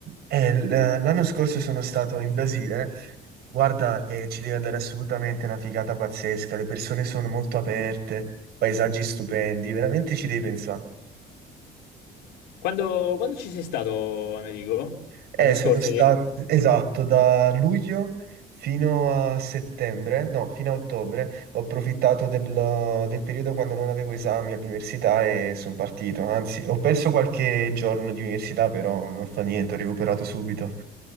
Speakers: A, on the right (about 70°); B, on the left (about 85°).
A: Eh, l- l'anno scorso sono stato in Brasile. Guarda, eh, ci devi andare assolutamente, è una figata pazzesca. Le persone sono molto aperte, paesaggi stupendi, veramente ci devi pensare.
B: Quando, quando ci sei stato, Amerigo?
A: Eh,
B: L'anno scorso?
A: sono stato,
B: che-
A: esatto, da luglio fino a settembre, no, fino a ottobre, ho approfittato del, del periodo quando non avevo esami all'università e sono partito. Anzi, ho perso qualche giorno di università, però non fa niente, ho recuperato subito.